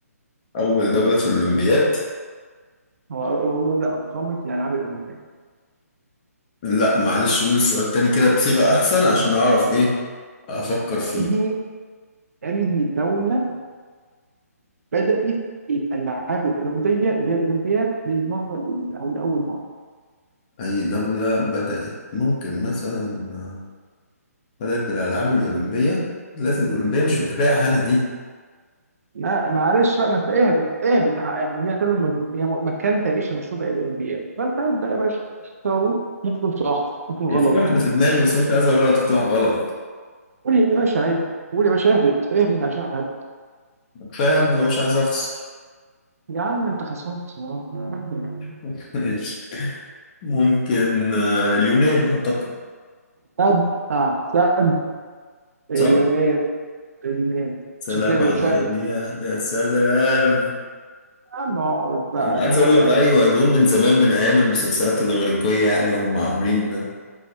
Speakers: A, on the left; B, on the right.
A: اول دولة في الاولمبياد
B: هو اول دوله اقامت الالعاب الاولمبيه
A: لا معلش قول السؤال تاني كده بصيغة أحسن عشان أعرف إيه أفكر فيه
B: انهي انهي دوله بدات الالعاب الاولمبيه اللي هي الاولمبياد للمره الاولى او لاول مره
A: أي دولة بدأت ممكن مثلا بدأت بالألعاب الأولمبية لازم الأولمبية مش
B: مم.
A: بتبقى أنا دي
B: ما معلش بقى ما انت اهبط اهبط يعني هي تعمل هي مكان تاريخي مشهور للاولمبياد فانت ابدا يا باشا اختاره ممكن صح ممكن غلط
A: هي في واحدة في دماغي بس مش عايز أقولها تطلع غلط
B: قول لي يا باشا عادي قول يا باشا اهبط اهبط عشان على الهبل
A: كفاية هبدأ بقى، مش عايز أخسر
B: يا عم انت خسران خسران
A: <laughs> ماشي ممكن آه، اليونان أعتقد
B: طب احسن اليونان
A: صح
B: اليونان
A: سلام
B: عشان كده بيشارك
A: عليا
B: ال-
A: يا سلام
B: يا عم اقعد بقى
A: أنا
B: هتلاقي
A: عايز أقول
B: حد
A: لك
B: قال
A: أيوه دول من زمان من أيام المسلسلات الإغريقية يعني هم عاملين